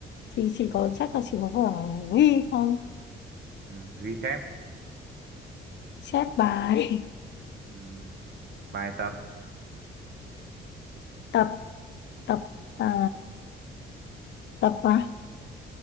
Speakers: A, on the left; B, on the right.
A: thì chỉ có chắc là chỉ có vở ghi thôi
B: Ừm, ghi chép
A: chép bài
B: Ừm, bài tập
A: <laughs> tập tập à, tập à?